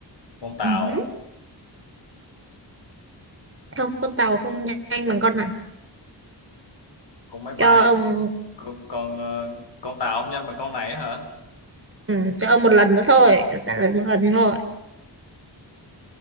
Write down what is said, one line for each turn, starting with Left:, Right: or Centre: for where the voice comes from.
Left: con tàu
Right: Ừ, hứ. Không con tàu không nhanh bằng con này
Left: con máy bay
Right: Cho ông
Left: con con ờ, con tàu không nhanh bằng con này hả
Right: Ừ, cho ông một lần nữa thôi, tôi trả lời một lần thôi.